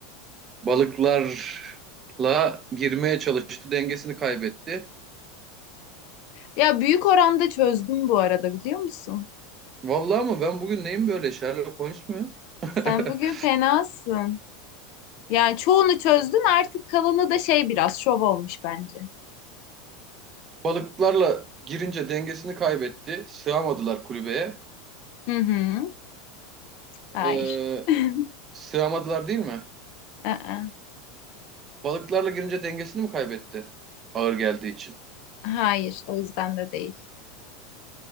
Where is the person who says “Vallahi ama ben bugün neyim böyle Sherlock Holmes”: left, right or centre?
Right